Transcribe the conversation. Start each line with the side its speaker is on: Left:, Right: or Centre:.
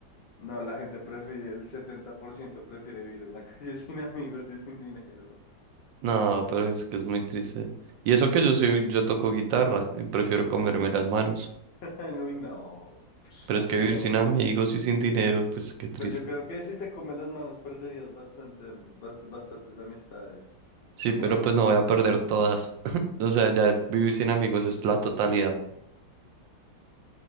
Left: No, la gente prefiere, el 70% prefiere vivir en la calle <laughs> sin amigos y sin dinero.
Right: No, pero es que es muy triste. Y eso que yo soy, yo toco guitarra y prefiero comerme las manos.
Left: <laughs> Uy, no,
Right: Pero es que
Left: yo
Right: vivir
Left: no.
Right: sin amigos y sin dinero, pues qué triste.
Left: Pues yo creo que si te comes las manos perderías bastante, bast- bastantes amistades.
Right: Sí, pero
Left: <laughs>
Right: pues no voy a perder todas. <laughs> O sea, ya vivir sin amigos es la totalidad.